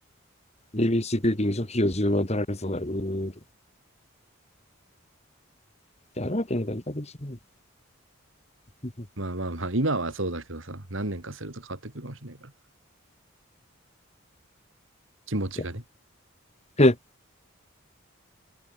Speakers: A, on the left; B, on the right.
A: エー b c クッキング初期費用10万取られそうなる。うーん。やるわけないから、いいかもしれない。<laughs>
B: まあまあまあ、今はそうだけどさ、何年かすると変わってくるかもしれないから。気持ちがね。
A: いや <laughs> え、